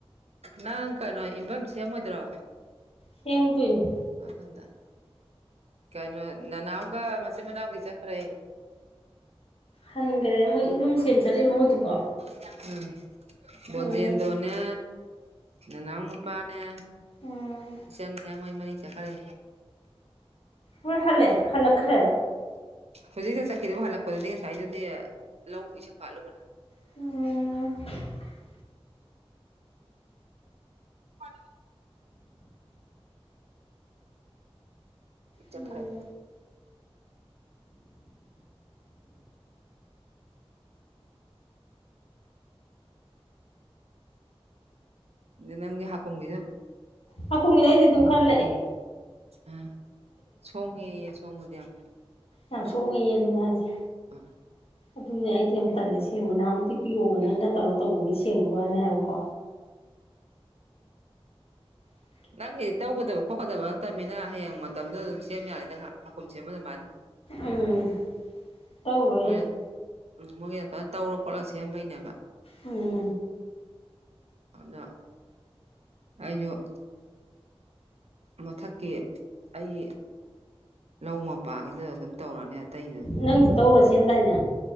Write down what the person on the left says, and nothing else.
ꯁꯦꯝꯦꯡꯒꯅꯤ
ꯍꯟꯈ꯭ꯔꯦ ꯃꯣꯏ ꯌꯝ ꯁꯦꯝ ꯆꯠꯂꯤꯔꯣ ꯃꯣꯏꯗꯨꯕꯣ
ꯎꯝ
ꯎꯝ
ꯍꯣꯏ ꯍꯜꯂꯛꯦ ꯍꯜꯂꯛꯈ꯭ꯔꯦ
ꯑꯣ
ꯎꯝ
ꯍꯥ ꯀꯨꯝ ꯌꯥꯏꯗꯤ ꯑꯗꯨꯝ ꯈꯔꯂꯑꯦ
ꯌꯥꯝ ꯁꯣꯛꯉꯤꯦ ꯑꯗꯨꯅ ꯍꯥꯏꯁꯦ
ꯑꯗꯨꯅꯦ ꯑꯩꯗꯤ ꯌꯥꯝ ꯇꯜꯂꯦ ꯁꯦꯡꯕ ꯅꯍꯥꯟꯃꯨꯛꯇꯤ ꯄꯤꯌꯣꯒ ꯅꯪꯒ ꯇꯧꯔꯒ ꯇꯧꯕꯒꯤ ꯁꯦꯡꯕ ꯋꯥꯅꯤ ꯍꯥꯏꯕꯀꯣ ꯀꯩ
ꯎꯝ ꯇꯧꯕ
ꯍꯥꯏꯗꯤ
ꯑ
ꯅꯪ ꯇꯧꯔꯣꯁꯦꯟꯗꯥꯏꯅꯦ